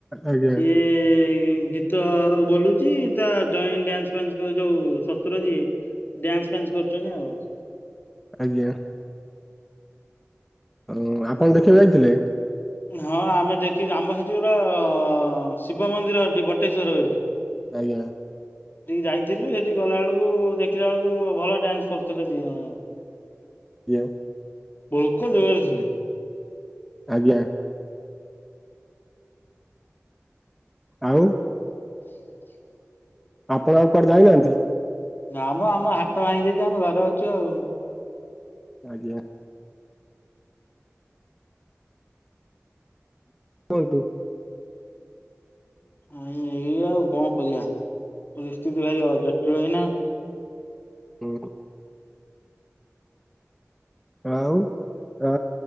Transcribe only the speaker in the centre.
ଆଜ୍ଞା
ଆଜ୍ଞା। ହଁ ଆଉ ଆପଣ ଦେଖିବାକୁ ଯାଇଥିଲେ।
ଆଜ୍ଞା।
ଇଓ
<inaudible> ଆଜ୍ଞା। ଆଉ ଆପଣ ଆଉ କୁଆଡେ ଯାଇନାହାନ୍ତି।
ଆଜ୍ଞା। କୁହନ୍ତୁ।
ଉଁ ହୁଁ। ଆଉ ଆ